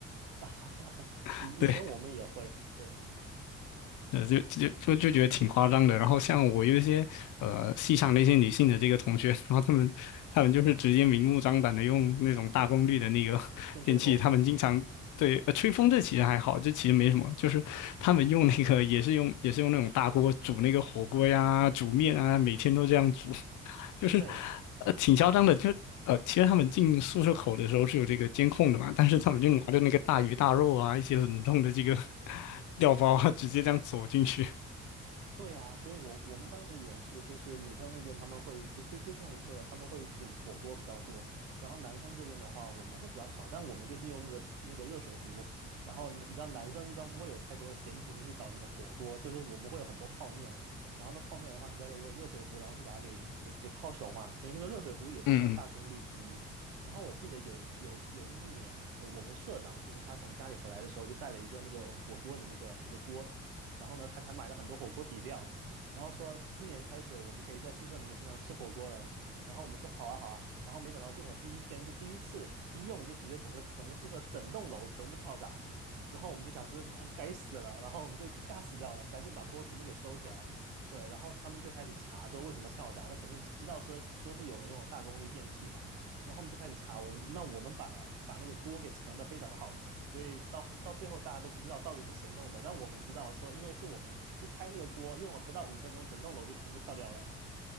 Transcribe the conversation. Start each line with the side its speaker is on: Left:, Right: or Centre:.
Right: <laughs>
Left: <laughs>
Right: 以前我们也会，
Left: 对，
Right: 对，
Left: 呃，就就就就觉得挺夸张的。然后像我有一些呃戏上的一些女性的这个同学，然后她们她们就是直接明目张胆的用那种大功率的那个 <laughs>
Right: 电吹风。
Left: 电器，她们经常。对，呃，吹风这其实还好，这其实没什么，就是他们用那个也是用也是用那种大锅煮那个火锅呀、煮面啊，每天都这样煮。就是
Right: 对，
Left: 呃挺嚣张的，就呃其实他们进宿舍口的时候是有这个监控的嘛，但是他们就拿着那个大鱼大肉啊，一些冷冻的这个 <laughs> 料包啊，直接这样走进去。
Right: 对呀，所以我我们当时也是，就是女生那边他们会就就就像你说的，他们会煮火锅比较多，然后男生这边的话我们会比较少，但我们就是用那个那个热水壶，然后你知道男生一般不会有太多闲情去搞什么火锅，就是我们会有很多泡面，然后那泡面的话你就要用个热水壶，然后去把它给给给泡熟嘛，所以那个热水壶也是算大功率之一。
Left: 嗯嗯。
Right: 然后我记得有有有一年，我我们社长就是他从家里回来的时候，就带了一个那个火锅的那个那个锅，然后呢，他还买了很多火锅底料，然后说今年开始我们可以在宿舍里面经常吃火锅了。然后我们说好啊好啊，然后没想到订了第一天就第一次一用就直接整个整个宿舍整栋楼全部跳闸，然后我们就想是哦该死了，然后我们就吓死掉了，赶紧把锅全部给收起来。对，然后他们就开始查说为什么跳闸，那肯定知道说说是有人用了大功率电器嘛，然后我们就开始查，我那我们把把那个锅给盛的非常好，所以到到最后大家都不知道到底是谁弄的，但我们知道说，因为是我们一开那个锅，用了不到五分钟，整栋楼就全部跳掉了。